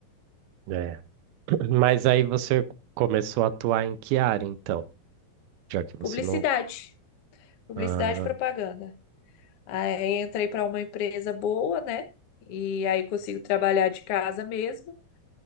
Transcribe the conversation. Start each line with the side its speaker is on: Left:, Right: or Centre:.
Right: É. <clears throat> Mas aí você começou a atuar em que área, então? Já que você
Left: Publicidade.
Right: não.
Left: Publicidade
Right: Ah,
Left: e propaganda. Aí entrei para uma empresa boa, né? E aí consigo trabalhar de casa mesmo